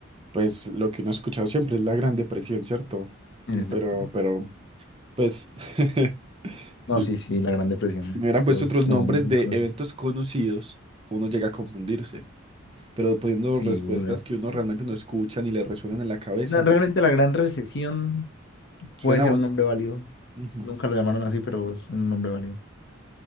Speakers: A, on the right; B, on the left.
A: Pues lo que uno ha escuchado siempre es la Gran Depresión, ¿cierto?
B: En
A: Mm,
B: efecto.
A: Pero, pero, pues. <laughs> Sí.
B: No, sí, sí, la Gran Depresión.
A: Si me hubieran
B: Todo
A: puesto
B: es
A: otros
B: como
A: nombres
B: muy
A: de
B: conocido.
A: eventos conocidos, uno llega a confundirse. Pero poniendo
B: Sí,
A: respuestas
B: una-
A: que uno
B: sí.
A: realmente no escucha ni le resuenan en la cabeza.
B: No, realmente la Gran Recesión
A: Suena
B: puede ser
A: bonito.
B: un nombre válido.
A: Ujú.
B: Nunca lo llamaron así, pero es un nombre válido.